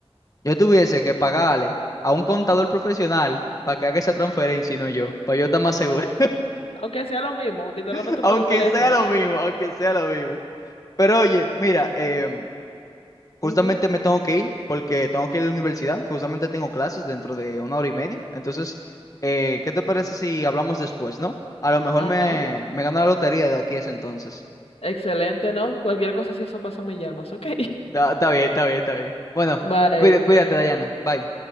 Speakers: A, on the left; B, on the left.
A: yo tuviese
B: Ujú,
A: que pagarle a un contador profesional para que haga esa transferencia y no yo, para yo estar más
B: Exacto.
A: seguro,
B: Aunque sea lo mismo, literalmente
A: <laughs> aunque
B: por el teléfono.
A: sea lo mismo, aunque sea lo mismo. Pero oye, mira, em, Justamente
B: <laughs> Ujú.
A: me tengo que ir porque tengo que ir a la universidad. Justamente tengo clases dentro de una hora y media. Entonces, eh, ¿qué te parece si hablamos después, no? A lo mejor
B: Ah,
A: me,
B: no.
A: me gano la lotería de aquí a ese entonces.
B: Excelente, ¿no? Cualquier cosa, si eso pasa, me llamas, ¿ok?
A: Está, está bien, está bien, está bien. Bueno,
B: <laughs> Bye.
A: cuida- cuídate, Dayana. Bye.